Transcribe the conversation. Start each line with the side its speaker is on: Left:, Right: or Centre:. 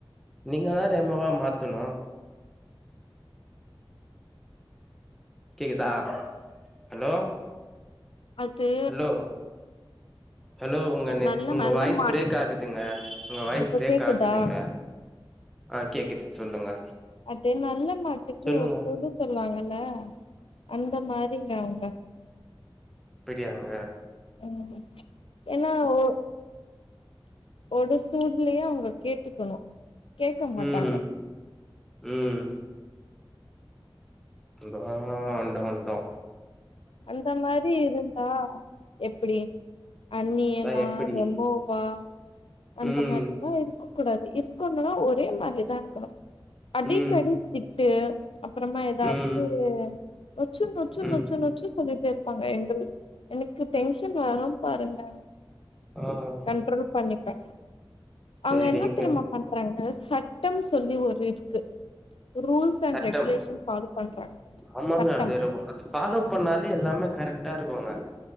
Centre: நீங்க தா ரெமோவா மாத்தணு கேக்குதா ஹலோ
Left: அது
Centre: ஹலோ ஹலோ உங்க நெட்
Left: நல்ல
Centre: உங்க
Left: நல்ல
Centre: வாய்ஸ்
Left: மாடு
Centre: பிரேக் ஆகுதுங்க உங்க வாய்ஸ்
Left: இப்போ
Centre: பிரேக்
Left: கேக்குதா
Centre: ஆகுதுங்க ஆ கேக்குது சொல்லுங்க
Left: அது நல்ல மாட்டுக்கு
Centre: சொல்லுங்க
Left: ஒரு சூடூணு சொல்லுவாங்கல அந்த மாரிங்க அவங்க
Centre: ப்பிடியாங்க
Left: ம் ச்சு ஏன்னா ஓ ஒரு சூட்லையே அவங்க கேட்டுக்கணும் கேட்க மாட்டாங்க
Centre: ம் ம் இந்த வாரோ அங்க வந்தோ
Left: அந்த மாரி இருந்தா எப்டி அன்னியனா
Centre: அதா எப்டி
Left: ரெமோவா அந்த
Centre: ம்
Left: மாரிலா இருக்கு இருக்க கூடாது இருக்கனுனா ஒரே மாதிரிதா இருக்கணு அடிக்கடி
Centre: ம்
Left: திட்டு அப்பறமா ஏதாச்சு
Centre: ம்
Left: நொச்சு நொச்சு
Centre: ம்
Left: நொச்சு நொச் <unintelligible> சொல்லிட்டு இருப்பாங்க எங்கள எனக்கு டென்ஷன் வரும் பாருங்க
Centre: ஆமாங்க
Left: உம் ட்ரூ பண்ணிப்பே
Centre: சேரிங்க
Left: அவுங்க என்ன தெரியுமா பன்றாங்க சட்டம் சொல்லி ஒரு இருக்கு ரூல்ஸ் அண்ட்
Centre: சட்டம்
Left: ரெகுலேஷன் ஃபாலோ பண்றாங்க
Centre: ஆமாங்க
Left: சட்டம்
Centre: அது ரொம்ப ஃபாலோ பண்ணாலே எல்லாமே கரெக்ட்டா இருக்குங்க